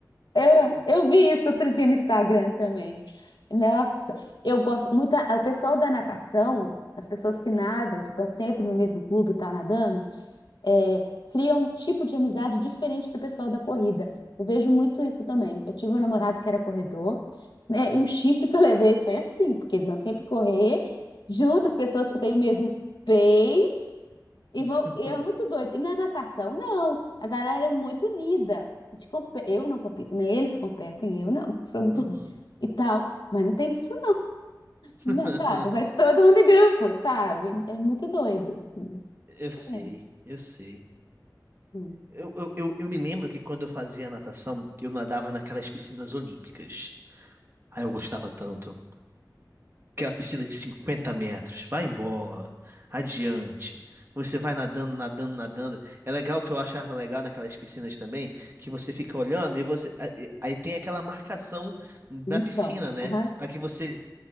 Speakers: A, on the left; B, on the right.
A: É, eu vi isso outro dia no Instagram também. Nossa, eu gosto muito. O pessoal da natação, as pessoas que nadam, que estão sempre no mesmo clube e tal, nadando, é, cria um tipo de amizade diferente do pessoal da corrida. Eu vejo muito isso também. Eu tive um namorado que era corredor, né? E um chifre que eu levei foi assim, porque eles vão sempre correr junto, as pessoas que têm o mesmo pace, e
B: <laughs>
A: vão, e é muito doido. E na natação, não. A galera é muito unida. A gente compe- Eu não compito, nem eles competem, eu não, <laughs> sou muito
B: Uhum.
A: ruim. E tal. Mas não tem disso,
B: <laughs>
A: não, né, sabe? Vai todo mundo em grupo, sabe? É muito doido, assim.
B: Eu
A: Diferente.
B: sei, eu sei.
A: Sim.
B: Eu, eu, eu, eu me lembro que quando eu fazia natação, eu nadava naquelas piscinas olímpicas. Aí eu gostava tanto. Que é uma piscina de 50 metros. Vai embora. Adiante. Você vai nadando, nadando, nadando. É legal que eu achava legal naquelas piscinas também, que você fica olhando e você. Aí aí tem aquela marcação na
A: No
B: piscina,
A: chão.
B: né?
A: Aham.
B: Para que você